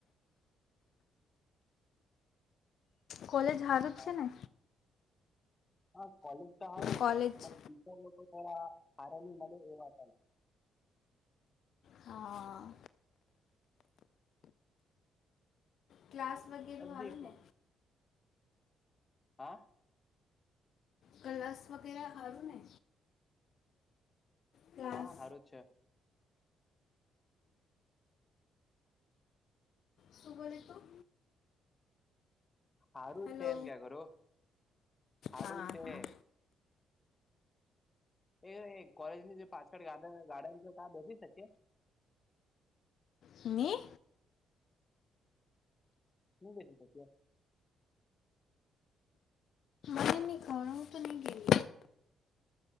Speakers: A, on the left; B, on the left.
A: હા
B: કોલેજ હારુ
A: સારું.
B: જ છે ને?
A: હા કોલેજ તો સારું
B: કોલેજ
A: છે બ ટીચર લોકો થોરા સારા ની મળે એવા
B: હા ક્લાસ વગેર હારુ
A: બધી
B: ને?
A: હા
B: ગ્લાસ વગેરે હારું ને? ક્લાસ
A: હા સારું જ છે.
B: શું બોલે તું?
A: સારું
B: હેલો
A: છે એમ ક્યાં કરું સારું
B: હા
A: છે.
B: હા
A: એ કોલેજની જે પાછળ ગાર્ડ ગાર્ડન છે ત્યા બેસી શકીએ?
B: હની
A: <unintelligible>
B: હ નિ ખાડા હું તો ની ગઈ